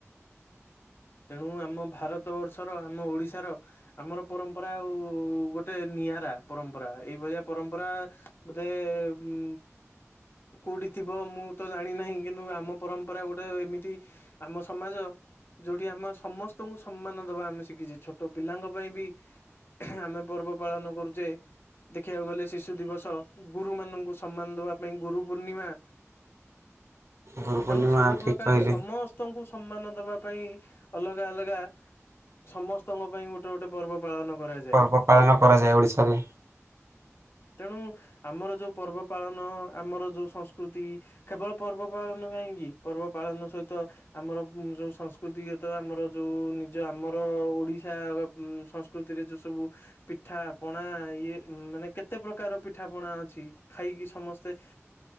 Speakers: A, on the left (about 50°); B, on the right (about 65°).
A: ତେଣୁ ଆମ ଭାରତ ବର୍ଷର ଆମ ଓଡିଶାର ଆମର ପରମ୍ପରା ଆଉ ଗୋଟେ ନିଆରା ପରମ୍ପରା ଏଇ ଭଳିଆ ପରମ୍ପରା ବୋଧେ ଉଁ କୋଉଠି ଥିବ ମୁଁ ତ ଜାଣି ନାହିଁ କିନ୍ତୁ ଆମ ପରମ୍ପରା ଗୋଟେ ଏମିତି ଆମ ସମାଜ ଯୋଉଠି ଆମ ସମସ୍ତଙ୍କୁ ସମ୍ମାନ ଦବା ଆମେ ଶିଖିଚେ ଛୋଟ ପିଲାଙ୍କ ପାଇଁ ବି ଆମେ ପର୍ବ ପାଳନ କରୁଚେ। ଦେଖିବାକୁ ଗଲେ ଶିଶୁ ଦିବସ ଗୁରୁମାନଙ୍କୁ ସମ୍ମାନ ଦବା ପାଇଁ ଗୁରୁ ପୂର୍ଣ୍ଣିମା
B: ଗୁରୁ ପୂର୍ଣ୍ଣିମା
A: ତେଣୁ ସବୁ
B: ଠିକ୍
A: ପ୍ରକାର
B: କହିଲେ
A: ସମସ୍ତଙ୍କୁ ସମ୍ମାନ ଦବା ପାଇଁ ଅଲଗା ଅଲଗା ସମସ୍ତଙ୍କ ପାଇଁ ଗୋଟେ ଗୋଟେ ପର୍ବ ପାଳନ କରାଯ୍
B: ପର୍ବ ପାଳନ କରାଯାଏ ଓଡିଶାରେ।
A: ତେଣୁ ଆମର ଯୋଉ ପର୍ବ ପାଳନ ଆମର ଯୋଉ ସଂସ୍କୃତି କେବଳ ପର୍ବ ପାଳନ କାହିଁକି ପର୍ବ ପାଳନ ସହିତ ଆମର ଉଁ ଯୋଉ ସଂସ୍ କୃତିଗତ ଆମର ଯୋଉ ନିଜ ଆମର ଓଡିଶା ଉଁ ସଂସ୍କୃତିରେ ଯୋଉ ସବୁ ପିଠା ପଣା ଇଏ ଉଁ ମାନେ କେତେ ପ୍ରକାର ପିଠା ପଣା ଅଛି। ଖାଇକି ସମସ୍ତେ